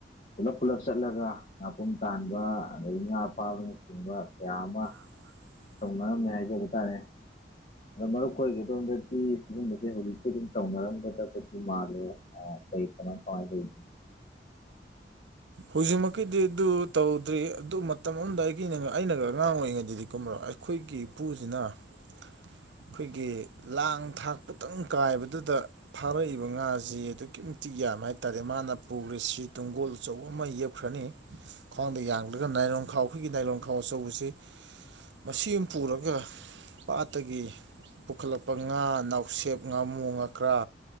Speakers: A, on the left; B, on the right.
A: ꯄꯨꯜꯂꯞ ꯄꯨꯜꯂꯞ ꯆꯠꯂꯒ ꯉꯥꯄꯨꯝ ꯇꯥꯟꯕ ꯑꯗꯒꯤ ꯉꯥ ꯐꯥꯕꯅꯆꯤꯡꯕ ꯀꯌꯥ ꯑꯃ
B: <inaudible>
A: ꯇꯧꯅꯔꯝꯃꯤ ꯍꯥꯏꯖꯕ ꯇꯥꯔꯦ ꯑꯗꯣ ꯃꯔꯨꯞ ꯑꯣꯏꯒꯦꯗꯣꯝꯗꯗꯤ ꯁꯤꯒꯨꯝꯕꯁꯦ ꯍꯧꯖꯤꯛꯁꯦ ꯑꯗꯨꯝ ꯇꯧꯅꯔꯝꯒꯗꯁꯨ ꯃꯥꯜꯂꯦ <unintelligible>
B: ꯍꯧꯖꯤꯛꯃꯛꯀꯤꯗꯤ ꯑꯗꯨ ꯇꯧꯗ꯭ꯔꯤ ꯑꯗꯨ ꯃꯇꯝ ꯑꯃꯗ ꯑꯩꯒꯤ ꯑꯩꯅꯒ ꯑꯉꯥꯡ ꯑꯣꯏꯔꯤꯉꯩꯗꯗꯤ ꯀꯨꯝꯃꯔꯣ ꯑꯩꯈꯣꯏꯒꯤ ꯏꯄꯨꯁꯤꯅ ꯑꯩꯈꯣꯏꯒꯤ ꯂꯥꯡ ꯊꯥꯛꯄꯨꯇꯪ ꯀꯥꯏꯕꯗꯨꯗ ꯐꯥꯔꯛꯏꯕ ꯉꯥꯁꯦ ꯑꯗꯨꯛꯀꯤ ꯃꯇꯤꯛ ꯌꯥꯝꯃꯦ ꯍꯥꯏꯇꯥꯥꯔꯦ ꯃꯥꯅ ꯄꯨꯈꯔꯤꯁꯤ ꯇꯨꯡꯒꯣꯜ ꯑꯆꯧꯕ ꯑꯃ ꯌꯦꯛꯈ꯭ꯔꯅꯤ ꯈ꯭ꯋꯥꯡꯗ ꯌꯥꯗꯒ ꯅꯥꯏꯔꯣꯟꯈꯥꯎ ꯑꯩꯈꯣꯏꯒꯤ ꯅꯥꯏꯔꯣꯟꯈꯥꯎ ꯑꯆꯧꯕꯁꯤ ꯃꯁꯤ ꯑꯃ ꯄꯨꯔꯒ ꯄꯥꯠꯇꯒꯤ ꯄꯨꯈꯠꯂꯛꯄ ꯉꯥ ꯅꯥꯎꯁꯦꯞ ꯉꯥꯃꯨ ꯉꯥꯀ꯭ꯔꯥ